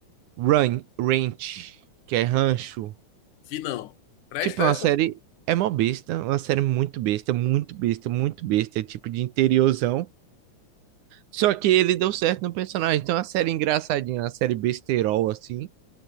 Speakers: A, on the right; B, on the left.
A: Run, Ranch, que é Rancho.
B: Vi não. Presta
A: Tipo,
B: essa?
A: é uma série. É mó besta, uma série muito besta, muito besta, muito besta, tipo de interiorzão. Só que ele deu certo no personagem. Então é uma série engraçadinha, uma série besterol, assim.